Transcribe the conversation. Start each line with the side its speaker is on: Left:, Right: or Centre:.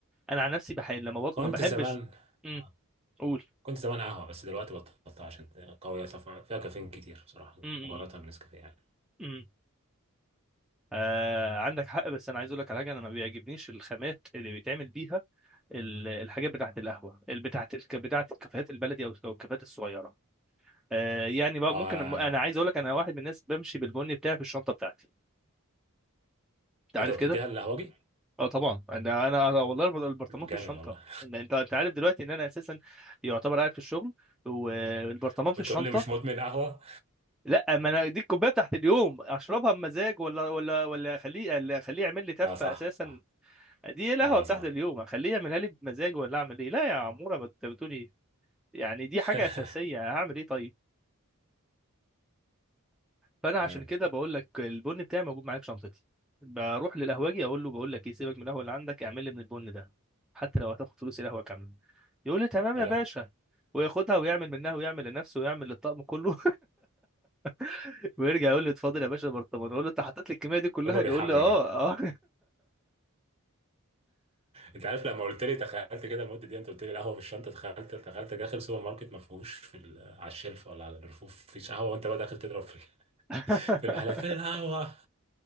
Centre: انا عن نفسي بحب لما بطلب
Right: كنت
Centre: ما بحبش
Right: زمان
Centre: امم
Right: آه.
Centre: قول
Right: كنت زمان قهوة بس دلوقتي بطلتها عشان قوية صفا- فيها كافيين كتير بصراحة
Centre: امم
Right: مقارنة بنسكافيه يعني
Centre: امم آه عندك حق بس انا عايز اقول لك على حاجه انا ما بيعجبنيش الخامات اللي بيتعمل بيها ال- الحاجات بتاعه القهوه اللي بتاعه الك... بتاعه الكافيهات البلدي او أو الكافيهات الصغيره آه يعني بقى
Right: اه
Centre: ممكن انا عايز اقول لك انا واحد من الناس بمشي بالبني بتاعي في الشنطه بتاعتي انت عارف
Right: ايه ده بتديها
Centre: كده
Right: للقهوجي؟
Centre: اه طبعا انا انا أنا والله البر- البرطمان
Right: طب
Centre: في
Right: جامد
Centre: الشنطه
Right: والله
Centre: إن انت انت عارف دلوقتي ان انا اساسا يعتبر قاعد في الشغل والبرطمان
Right: <laughs>
Centre: في
Right: وتقول
Centre: الشنطه
Right: لي مش مدمن قهوة
Centre: لا ما انا دي الكوبايه بتاعت اليوم اشربها بمزاج ولا ولا ولا اخليه ولا اخليه يعمل لي تفه
Right: اه صح
Centre: اساسا
Right: صح
Centre: دي القهوه
Right: لا لا
Centre: بتاعت
Right: صح
Centre: اليوم اخليه يعملها لي بمزاج ولا اعمل ايه لا يا عموره ما انت بتقول ايه يعني دي
Right: <laughs>
Centre: حاجه اساسيه هعمل ايه طيب فانا
Right: تمام
Centre: عشان كده بقول لك البن بتاعي موجود معايا في شنطتي بروح للقهوجي اقول له بقول لك ايه سيبك من القهوه اللي عندك اعمل لي من البن ده حتى لو هتاخد فلوس القهوه كامله يقول لي تمام
Right: آه،
Centre: يا باشا وياخدها ويعمل منها ويعمل لنفسه ويعمل للطقم كله <laughs> ويرجع يقول لي اتفضل يا باشا برطمان اقول له انت حطيت لي الكميه دي كلها
Right: كله
Centre: يقول
Right: بيحملك
Centre: لي اه
Right: ده
Centre: اه
Right: انت عارف لما قلت لي تخيلت كده المده دي انت قلت لي القهوه في الشنطه تخيلت تخيلت داخل سوبر ماركت ما فيهوش في ال- آه، على الشلف ولا على الرفوف مفيش قهوه وانت بقى داخل تضرب في ال-
Centre: <laughs>
Right: <laughs> في المحلات فين القهوه <laughs>